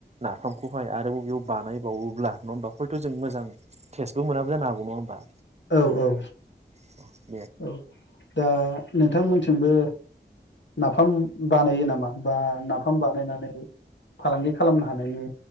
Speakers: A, on the right; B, on the left.
A: नाफामखौहाय आरोबाव बेयाव बानायबावोब्ला नङा होमबा हयथ' जों मोजां केसबो मोनाबो जानो हागौ नङा होनबा?
B: औ औ
A: <inaudible>
B: औ दा नोंथांमोन थिंबो नाफाम बानायो नामा बा नाफाम बानायनानै फालांगि खालामनो हानायनि